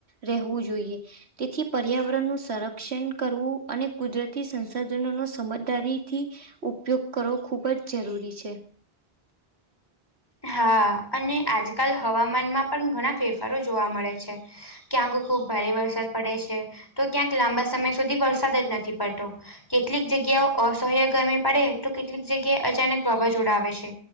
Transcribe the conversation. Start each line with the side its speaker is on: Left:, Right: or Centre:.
Right: રહેવું જોઈએ. તેથી પર્યાવરણનું સંરક્ષણ કરવું અને કુદરતી સંસાધનોનો સમજદારીથી ઉપયોગ કરવો ખૂબ જ જરૂરી છે.
Left: હા અને આજકાલ હવામાનમાં પણ ઘણા ફેરફારો જોવા મળે છે. ક્યાંક ખૂબ ભારે વરસાદ પડે છે. તો ક્યાંક લાંબા સમય સુધી વરસાદ જ નથી પડતો. કેટલીક જગ્યાઓ અસહ્ય ગરમી પડે, તો કેટલીક જગ્યાએ અચાનક વાવાઝોડા આવે છે.